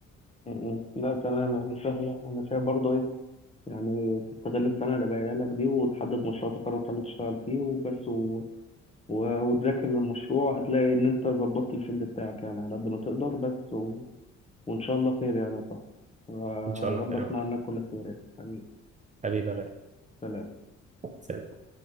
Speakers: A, on the left (about 20°); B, on the right (about 25°).
A: امم لا تمام يعني سهله انا شايف برضو ايه يعني تستغل السنه اللي باقيه لك دي وتحدد مشروع تخرج حلو تشتغل فيه وبس و... و... وتذاكر للمشروع هتلاقي ان انت ظبطت الفيلد بتاعك يعني على قد ما تقدر بس و... وإن شاء الله خير يعني يا صاحبي ورب
B: ان شاء الله خير
A: أسمع
B: يا عمر.
A: عنك كل خير يعني حبيبي
B: حبيبي يا غالي.
A: سلام
B: سلام.